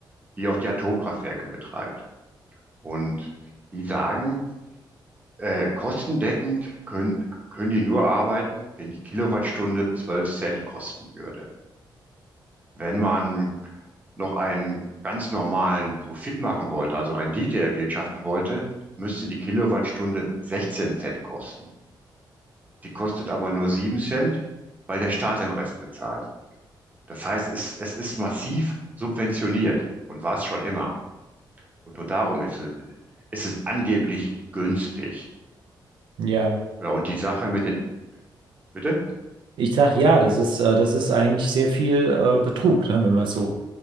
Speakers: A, on the right; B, on the right.
A: die auch die Atomkraftwerke betreibt. Und die sagen, äh, kostendeckend können, können die nur arbeiten, wenn die Kilowattstunde 12 Cent kosten würde. Wenn man noch einen ganz normalen Profit machen wollte, also Rendite erwirtschaften wollte, müsste die Kilowattstunde 16 Cent kosten. Die kostet aber nur 7 Cent, weil der Staat den Rest bezahlt. Das heißt, es, es ist massiv subventioniert und war es schon immer. Und nur darum ist es, ist es angeblich günstig.
B: Ja.
A: Ja, und die Sache mit den, bitte?
B: Ich sag ja, das ist, äh, das ist eigentlich sehr viel äh, Betrug, ne, wenn man es so,